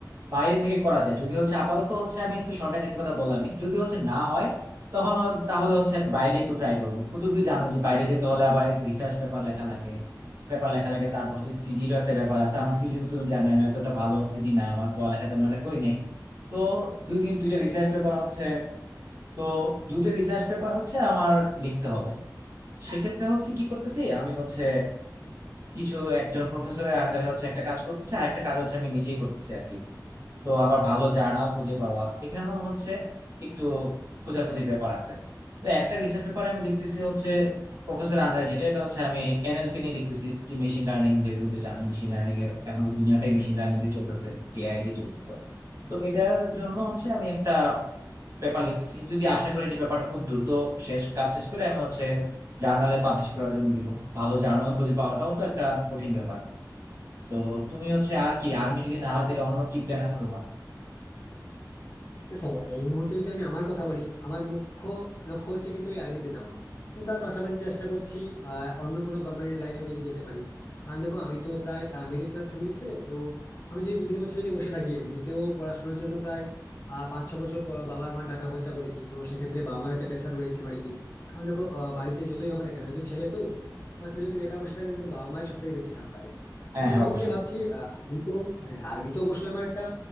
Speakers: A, on the right; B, on the left.
A: বাইরে থেকে করা যায় যদি হচ্ছে আপাতত হচ্ছে আমি তো সরকারি চাকরির কথা বললামই যদি হচ্ছে না হয় তখন হ- তাহলে হচ্ছে আমি বাইরে একটু ট্রাই করবো তো তুমি তো জানো যে বাইরে যেতে হলে আবার রিসার্চ পেপার লেখা লাগে পেপার লেখা লাগে তারপর হচ্ছে সিজিরও একটা ব্যাপার আছে আমার সিজি তো তুমি জানো আমি এতটা ভালো সিজি না আমার পড়ালেখা তেমন একটা করি নাই তো দুই তিন দুইটা রিসার্চ পেপার হচ্ছে তো দুইটা রিসার্চ পেপার হচ্ছে আমার লিখতে হবে সেক্ষেত্রে হচ্ছে কি করতেছি আমি হচ্ছে কিছু একজন প্রফেসরের আন্ডারে হচ্ছে একটা কাজ করতেছে আর একটা কাজ হচ্ছে আমি নিজেই করতেছি আর কি তো আবার ভালো জার্নাল খুঁজে পাওয়া এখানেও হচ্ছে একটু খোঁজাখুঁজির ব্যাপার আছে তো একটা রিসার্চ পেপার আমি লিখতেছি হচ্ছে প্রফেসর আন্ডার যেটা এটা হচ্ছে আমি এনএলপি নিয়ে লিখতেছি যে মেশিন লার্নিং যে তুমি তো জানো মেশিন লার্নিং এর এখন তো দুনিয়াটাই মেশিন লার্নিং দিয়ে চলতেছে এআই দিয়ে চলতেছে তো এটার জন্য হচ্ছে আমি একটা পেপার লিখতেছি যদি আশা করি যে পেপারটা খুব দ্রুত শেষ কাজ শেষ করে আমি হচ্ছে জার্নালে পাবলিশ করার জন্য দিব ভালো জার্নাল খুঁজে পাওয়াটাও তো একটা কঠিন ব্যাপার তো তুমি হচ্ছে আর কি আর্মি যদি না হয় তাহলে অন্য কি প্ল্যান আছে তোমার
B: দেখো এই মুহূর্তে যদি আমি আমার কথা বলি আমার মুখ্য লক্ষ্য হচ্ছে কিন্তু এই আর্মিতে যাওয়া তো তার পাশাপাশি চেষ্টা করছি আহ, অন্য কোনো গভর্নমেন্ট লাইনেও যদি যেতে পারি কারণ দেখো আমি তো প্রায় মিডল ক্লাস ফ্যামিলির ছেলে তো আমি যদি দু তিন বছর যদি বসে থাকি এমনিতেও পড়াশোনার জন্য প্রায় আহ, পাঁচ ছ বছর পর বাবা আমার টাকা খরচা করেছি তো সেক্ষেত্রে বাবা আমার একটা প্রেশার রয়েছে বাড়িতে কারণ দেখো আহ, বাড়িতে যতই হোক না কেন একজন ছেলে তো এবার সে যদি বেকার বসে থাকে কিন্তু বাবা মায়ের সব থেকে বেশি খারাপ লাগে
A: হ্যাঁ
B: তো সেই
A: হ্যাঁ
B: দিক
A: অবশ্যই
B: থেকে ভাবছি আহ, আমি তো হ্যাঁ আর্মি তো অবশ্যই আমার একটা